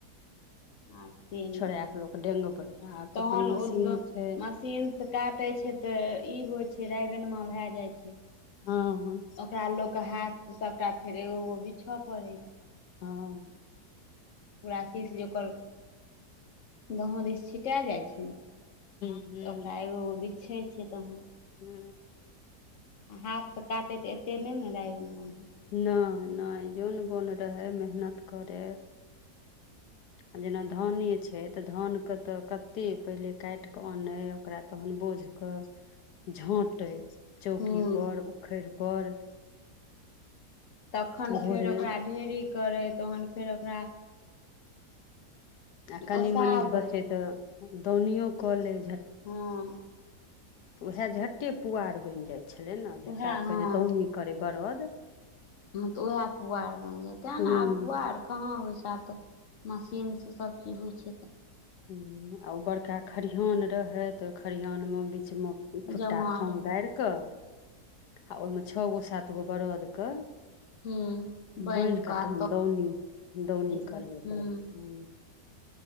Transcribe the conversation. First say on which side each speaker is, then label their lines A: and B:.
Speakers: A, on the left (about 50°); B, on the left (about 75°).
A: आब से नहि
B: छोड़ा
A: छैय
B: कऽ लोक डेंगबै आब तऽ
A: तहन
B: अपन मशीन
A: उ
B: छै
A: मशीन से काटैय छैय त इ होइ छैय राय बेनमा भए जाइ छैय।
B: हँ-हँ।
A: तैं ल के हाथ से सबटा फेर एगोगो बिछए पड़े छैय।
B: हूँ
A: पूरा सीस जे ओकर दहो दिस छिटा जाइ छैय ने तऽ
B: हूँ
A: ओकरा एगोगो बिछैय छैय तहन।
B: हू।
A: आ हाथसँ काटैय त एते नय ने राइन बेनमा म
B: नय-नय जोन-बोन रहय, मेहनत करे। आ जेना धाने छैय तऽ धान के तऽ कते पहिले काटि कऽ आनय ओकरा तहन बोझ क झाँटैय चौकी
A: हूँ
B: पर, उखैड़ पर।
A: तखन
B: भोरे
A: फेर ओकरा ढेरी करैय तहन फेर ओकरा
B: आ कनी
A: ओसाबै
B: मनीजे बचय तऽ दौनियो क लैय
A: हँ।
B: तऽ उएह झट्टे पुआर बनि जाइ छलै न झट्टाके
A: उएह हँ
B: जे दौनी करैय बरद
A: हँ तऽ उएह पुआर बनि जेतैय तैने
B: हूँ
A: आब पुआर कहाँ होइ छैय आब त मशीनसँ सब की होइ छैय त।
B: ह आ ओ बड़का खरिहान रहय तऽ ओ खरिहानमे बीचमे खुट्टा
A: जमा
B: खाम
A: रहै
B: गारि कऽ आ ओहिमे छ गो सात गो बरद क
A: हूँ बनि
B: बान्हि क
A: कऽ
B: तहन दौनी, दौनी
A: कर
B: करबे क
A: हूँ
B: रहै हुँ।